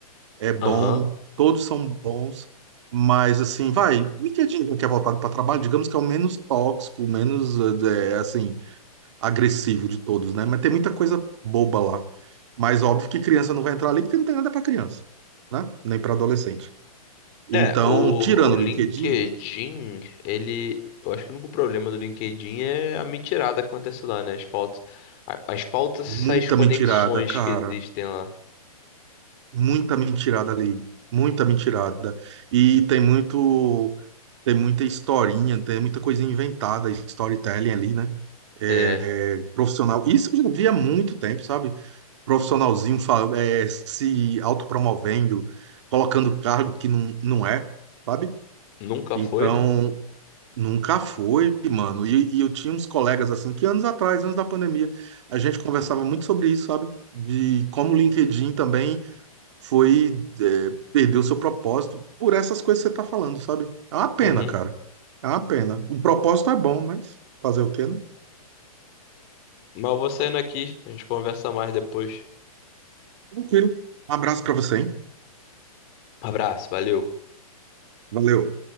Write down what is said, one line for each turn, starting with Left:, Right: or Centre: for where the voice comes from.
Right: É bom,
Left: Aham.
Right: todos são bons, mas, assim, vai, LinkedIn, que é voltado para trabalho, digamos que é o menos tóxico, menos, é, assim agressivo de todos, né? Mas tem muita coisa boba lá. Mas óbvio que criança não vai entrar ali porque não tem nada para criança, né? Nem para adolescente. Então,
Left: É, o,
Right: tirando
Left: o
Right: o
Left: LinkedIn,
Right: LinkedIn,
Left: ele. Eu acho que o único problema do LinkedIn é a mentirada que acontece lá, né? As faltas. a- As faltas, essas
Right: muita
Left: conexões
Right: mentirada, cara.
Left: que existem lá.
Right: Muita mentirada ali. Muita mentirada. E tem muito. Tem muita historinha, tem muita coisa inventada, storytelling ali, né? É,
Left: É,
Right: é, profissional. Isso eu já vi há muito tempo, sabe? Profissionalzinho fa- é, se autopromovendo, colocando cargo que não, não é, sabe?
Left: nunca
Right: Então,
Left: foi, né?
Right: nunca foi, mano. E, e eu tinha uns colegas assim, que anos atrás, antes da pandemia, a gente conversava muito sobre isso, sabe? De como o LinkedIn também foi é, perdeu seu propósito por essas coisas que você tá falando, sabe? É uma pena,
Left: Uhum.
Right: cara. É uma pena. O propósito é bom, mas fazer o quê, né?
Left: Mas eu vou saindo aqui, a gente conversa mais depois.
Right: Tranquilo. Um abraço pra você, hein?
Left: Abraço, valeu.
Right: Valeu.